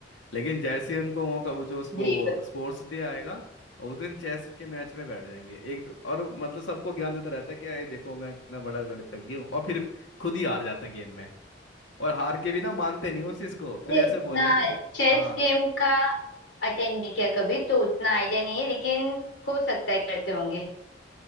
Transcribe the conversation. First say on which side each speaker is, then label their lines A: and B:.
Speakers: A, on the left; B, on the left.
A: लेकिन जैसे ही उनको मौका वो जो स्पो,
B: जी बिल्कुल
A: स्पोर्ट्स डे आएगा उस दिन चेस के मैच में बैठ जाएंगे एक और मतलब सबको ज्ञान देता रहता है कि ये देखो मैं कितना बड़ा गणितज्ञ हूँ और फिर खुद ही हार जाते हैं गेम में और हार के भी ना मानते नहीं उस चीज को फिर
B: नहीं,
A: ऐसे
B: उतना
A: बोलेंगे
B: चेस
A: हाँ
B: गेम का अटेंड नहीं किया कभी तो उतना आइडिया नहीं है लेकिन हो सकता है करते होंगे